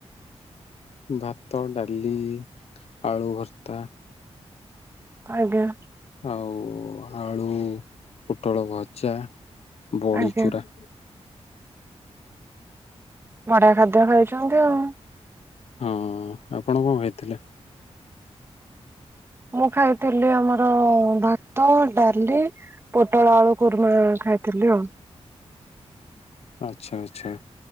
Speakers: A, on the left; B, on the right.
A: ଭାତ, ଡାଲି, ଆଳୁ ଭର୍ତ୍ତା।
B: ଆଜ୍ଞା।
A: ଆଉ ଆଳୁ ପୋଟଳ ଭଜା, ବଡ଼ିଚୁରା।
B: ଆଜ୍ଞା ବଢିଆ ଖାଦ୍ୟ ଖାଇଛନ୍ତି ଆଉ।
A: ହଁ ଆପଣ କଣ ଖାଇଥିଲେ?
B: ମୁଁ ଖାଇଥିଲି ଆମର ଭାତ। ତ ଡାଲି, ପୋଟଳ ଆଳୁ କୁର୍ମା ଖାଇଥିଲି ଆଉ।
A: ଆଚ୍ଛା ଆଚ୍ଛା।